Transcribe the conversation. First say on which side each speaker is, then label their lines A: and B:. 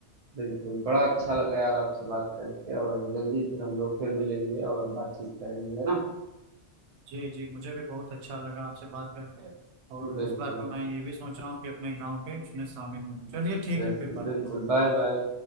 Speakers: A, on the right; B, on the right.
A: बिल्कुल, बड़ा अच्छा लगा यार आपसे बात करके और जल्दी फिर हम लोग फिर मिलेंगे और बातचीत करेंगे, है ना?
B: जी जी मुझे भी बहुत अच्छा लगा आपसे बात करके और
A: बिल्कुल,
B: इस बार तो मैं ये भी सोच रहा हूँ कि अपने गांव के उसमें शामिल हूँ चलिए ठीक
A: बिल्कुल,
B: है फिर बात
A: बिल्कुल,
B: करते हैं।
A: बाय बाय।